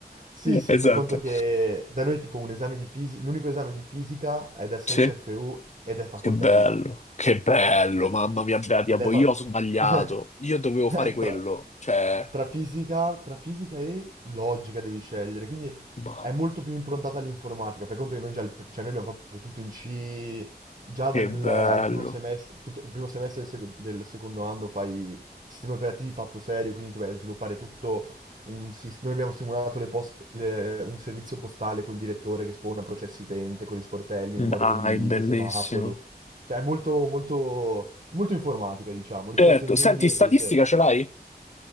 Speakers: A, on the right; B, on the left.
A: Sì, sì,
B: esatto.
A: fai conto che da noi tipo un esame di fisica, l'unico esame di fisica è da 6
B: Sì,
A: CFU ed è facoltativo.
B: che bello, che bello,
A: Ed
B: mamma mia, bella diavolo,
A: ed è fa...
B: io ho sbagliato,
A: <laughs>
B: io dovevo fare quello,
A: tra,
B: cioè,
A: tra fisica, tra fisica e logica devi scegliere, quindi
B: ma
A: è molto più improntata all'informatica. Fai conto che noi già, il pr- cioè noi abbiamo fatto tutto in C, già
B: che
A: dal
B: bello,
A: al primo semestre, tutto, il primo semestre del, sec- del secondo anno fai sistemi operativi fatto serio, quindi ti vai a sviluppare tutto un sis- Noi abbiamo simulato le post- le- un servizio postale col direttore che spawna processi utente, con gli sportelli,
B: dai,
A: memorie condivise,
B: bellissimo.
A: semafori. Cioè, è molto, molto, molto informatica, diciamo, rispetto
B: Certo,
A: a ingegneria
B: senti, statistica
A: invece.
B: ce l'hai?